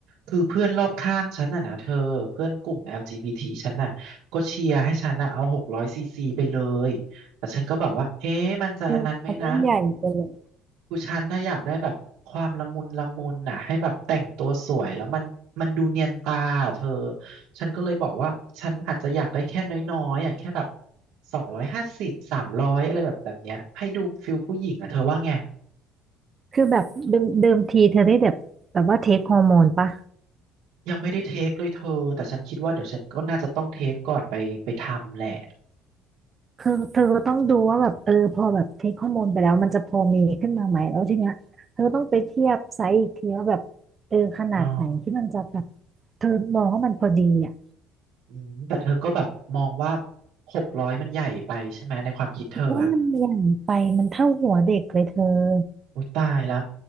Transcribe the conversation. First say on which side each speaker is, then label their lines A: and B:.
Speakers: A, on the right (about 75°); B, on the right (about 25°).
A: คือเพื่อนรอบข้างฉันน่ะนะเธอเพื่อนกลุ่ม LGBT ฉันน่ะก็เชียร์ให้ฉันน่ะเอาหกร้อยซีซีไปเลยแต่ฉันก็แบบว่าเอ๊ะมันจะอันนั้นไหมนะ
B: คือมันไม่ใหญ่ไปเลย
A: คือฉันน่ะอยากได้แบบความละมุนละมุนน่ะให้แบบแต่งตัวสวยแล้วมันมันดูเนียนตาอะเธอฉันก็เลยบอกว่าฉันอาจจะอยากได้แค่น้อยๆอ่ะแค่แบบสองร้อยห้าสิบสามร้อยอะไรแบบแบบเนี้ยให้ดูฟิลผู้หญิงอ่ะเธอว่าไง
B: คือแบบเดิมเดิมทีเธอได้แบบแบบว่าเทคฮอร์โมนปะ
A: ยังไม่ได้เทคเลยเธอ แต่ฉันคิดว่าเดี๋ยวฉันก็น่าจะต้องเทคก่อนไปไปทำแหละ
B: คือเธอก็ต้องดูว่าแบบเออพอแบบเทคฮอร์โมนไปแล้วมันจะพอมีขึ้นมาไหมแล้วทีเนี้ยเธอต้องไปเทียบไซส์อีกทีว่าแบบเออขนาดไหนที่มันจะแบบ
A: อ๋อ
B: เธอมองว่ามันพอดีอ่ะ
A: อืมแต่เธอก็แบบมองว่าหกร้อยมันใหญ่ไปใช่ไหมในความคิดเธออ่ะ
B: เพราะว่ามันใหญ่ไปมันเท่าหัวเด็กเลยเธอ
A: อุ้ยตายละ